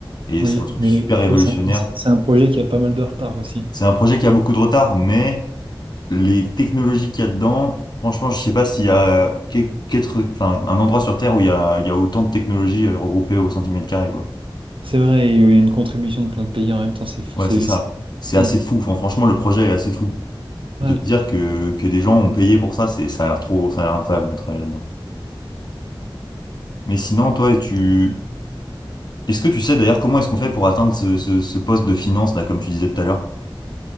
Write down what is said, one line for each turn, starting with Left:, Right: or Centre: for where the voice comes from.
Left: Et
Right: oui,
Left: c'est un truc
Right: oui.
Left: super révolutionnaire.
Right: Et ça- c'est un projet qui a pas mal de retard aussi.
Left: C'est un projet qui a beaucoup de retard, mais les technologies qu'il y a dedans, franchement, je sais pas s'il y a qu'est- qu'être, enfin, un endroit sur Terre où il y a, il y a autant de technologies euh, regroupées au centimètre carré, quoi.
Right: C'est vrai, il y a eu une contribution de plein de pays en même temps, c'est fou-
Left: Ouais,
Right: c'est-
Left: c'est ça.
Right: c'est-
Left: C'est
Right: Hmm.
Left: assez fou. Enfin, franchement, le projet est assez fou.
Right: Ouais.
Left: De te dire que, que des gens ont payé pour ça, c'est, ça a l'air trop, ça a l'air incroyable de travailler là-dedans. Mais sinon, toi, tu, est-ce que tu sais d'ailleurs comment est-ce qu'on fait pour atteindre ce, ce, ce poste de finance, là, comme tu disais tout à l'heure?